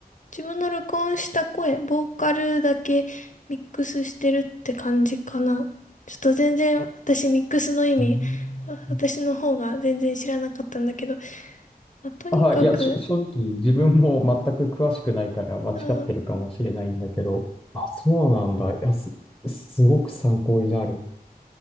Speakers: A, on the left; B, in the centre.
A: 自分の録音した声、ボーカルだけミックスしてるって感じかな。ちょっと全然私ミックスの意味、
B: へー
A: わ私の方が全然知らなかったんだけど、まあとにかく
B: あ、はい、いや、し正直自分も全く詳しくないから間違ってるかもしれないんだけど、
A: あー
B: あ、そうなんだ。いや、す、すごく参考になる。